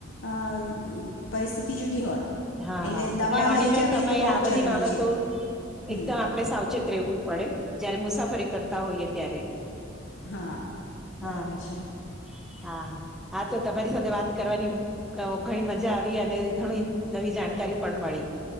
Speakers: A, on the left; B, in the centre.
A: અ પરિસ્થિતિ જુદી હોત
B: હા હા
A: દવા
B: એટલે અણીને
A: લઈ જવી
B: સમયે
A: તો બહુ
B: આ
A: જ
B: બધી
A: જરૂરી
B: બાબતો
A: છે હમ
B: એકદમ આપડે સાવચેત રહેેવું પડે જયારે મુસાફરી કરતા હોઈએ ત્યારે
A: હા
B: હા
A: બરાબર
B: હા
A: છે
B: હા હા હા તો તમારી સાથે વાત કરવાની અ ઘણી મ મજા આવી અને ઘણી. નવી જાણકારી. પણ મળી